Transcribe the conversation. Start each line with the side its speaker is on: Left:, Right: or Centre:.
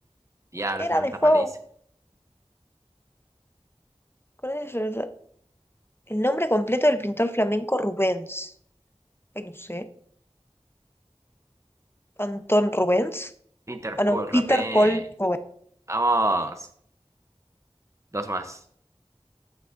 Right: Diablos,
Left: Era
Right: se me
Left: Defoe.
Right: paliza.
Left: ¿Cuál es el el nombre completo del pintor flamenco Rubens? Ay, no sé. ¿Antón Rubens?
Right: Peter
Left: Ah, no,
Right: Paul,
Left: Peter
Right: rapé.
Left: Paul Rubens.
Right: Vamos, dos más.